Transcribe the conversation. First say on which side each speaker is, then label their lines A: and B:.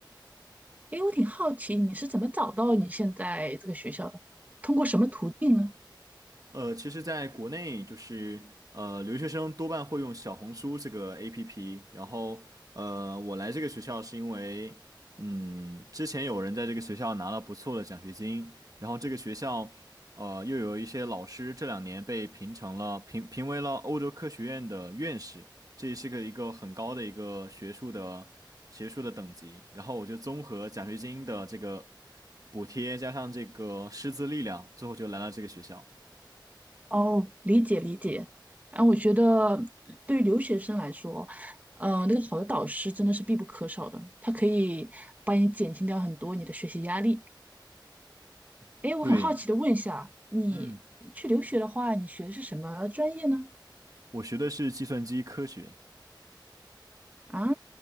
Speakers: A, on the right; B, on the right.
A: 诶，我挺好奇你是怎么找到你现在这个学校的，通过什么途径呢？
B: 呃，其实，在国内就是呃，留学生多半会用小红书这个 APP。然后，呃，我来这个学校是因为，嗯，之前有人在这个学校拿了不错的奖学金，然后这个学校，呃，又有一些老师这两年被评成了评评为了欧洲科学院的院士，这也是个一个很高的一个学术的学术的等级。然后我就综合奖学金的这个补贴加上这个师资力量，最后就来了这个学校。
A: 哦，理解理解。啊，我觉得对于留学生来说，呃，那个好的导师真的是必不可少的，他可以帮你减轻掉很多你的学习压力。哎，我很好奇的问一下，
B: 对。
A: 你去留学的话，
B: 嗯，
A: 你学的是什么专业呢？
B: 我学的是计算机科学
A: 啊，